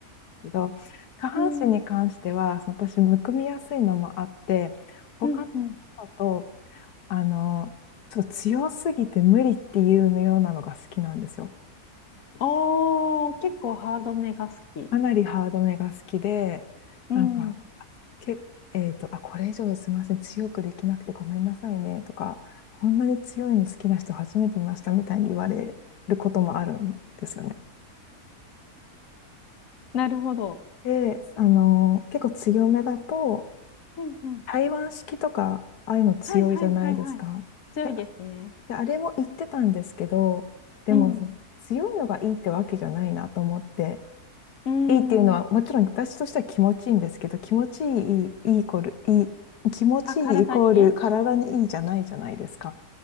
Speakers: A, on the left; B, on the left.
A: けど、下半身に関しては、
B: うん。
A: その私、むくみやすいのもあって、他の方だと、
B: うんうん
A: あの、ちょっと強すぎて無理っていうようなのが好きなんですよ。
B: おー、結構ハードめが好き。
A: かなりハードめが好きで、
B: うん。
A: なんか、け、えっと、あ、これ以上すいません、強くできなくてごめんなさいねとか、こんなに強いの好きな人初めて見ましたみたいに言われることもあるんですよね。
B: なるほど。
A: で、あの、結構強めだと、
B: うんうん。
A: 台湾式とか、ああいうの強いじゃないですか。
B: はいはいはいはい。強いですね。
A: で、で、あれも言ってたんですけど、でも、
B: うん。
A: 強いのがいいってわけじゃないなと思って、
B: うん。
A: いいっていうのは、もちろん私としては気持ちいいんですけど、気持ちいい、いいイコール、いい、気持ちいいイコール体にいいじゃないじゃないですか。
B: あ、体にね。